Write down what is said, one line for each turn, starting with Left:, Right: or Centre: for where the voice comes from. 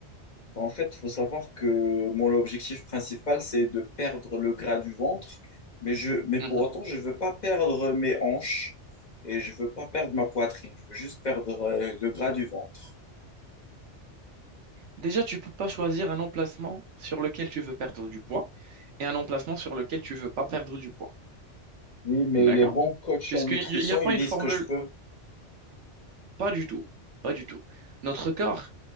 Left: En fait, il faut savoir que mon objectif principal, c'est de perdre le gras du ventre, mais, je, mais pour
Right: Mhm.
Left: autant, je ne veux pas perdre mes hanches et je ne veux pas perdre ma poitrine. Je veux juste perdre euh, le gras du ventre.
Right: Déjà, tu peux pas choisir un emplacement sur lequel tu veux perdre du poids et un emplacement sur lequel tu veux pas perdre du poids.
Left: Oui, mais
Right: D'accord?
Left: les bons coachs
Right: Puisqu'il
Left: en nutrition,
Right: n'y a pas
Left: ils me
Right: une
Left: disent
Right: formule,
Left: que je peux.
Right: pas du tout, pas du tout. Notre corps,